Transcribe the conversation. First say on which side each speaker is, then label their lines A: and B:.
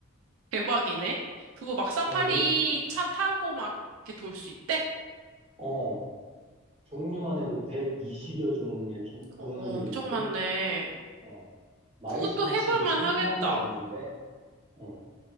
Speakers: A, on the right; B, on the right.
A: 대박이네. 그거 막 사파리
B: 야, 이거,
A: 차 타고 막 이렇게 돌 수 있대?
B: 어, 종류만 해도 120여 종의 종-
A: 어,
B: 동물들이
A: 어, 엄청
B: 있고,
A: 많네.
B: 어, 마리수로
A: 그것도 해볼
B: 치면
A: 만
B: 천
A: 하겠다.
B: 마리가 넘는데, 어,